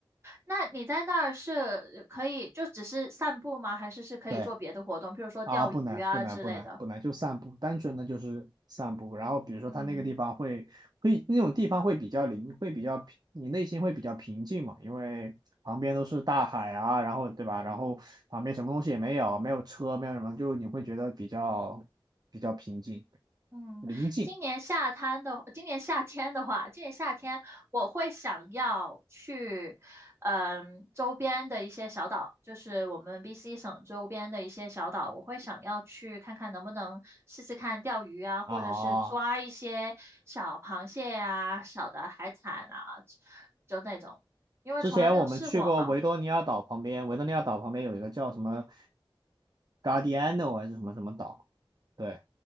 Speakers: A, on the right; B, on the right.
A: 那你在那儿是呃可以就只是散步吗？还是是可以做别的活动，
B: 对，
A: 譬如说钓鱼啊之类的？
B: 啊，不难，不难，不难，不难，就散步，单纯的就是散步。然后比如说它那个地方会会那种地方会比较灵，
A: 嗯。
B: 会比较平，你内心会比较平静嘛，因为旁边都是大海啊，然后对吧？然后旁边什么东西也没有，没有车，没有什么，就你会觉得比较比较平静，
A: 嗯，
B: 宁静
A: 今年夏天的，今年夏天的话，今年夏天我会想要去，嗯，周边的一些小岛，就是我们 BC 省周边的一些小岛，我会想要去看看能不能试试看钓鱼啊，或者是抓一些小螃蟹啊、
B: 啊。
A: 小的海产啊，就那种，因为从来没有试过嘛。
B: 之前我们去过维多利亚岛旁边，维多利亚岛旁边有一个叫什么 Guardiano 还是什么什么岛，对，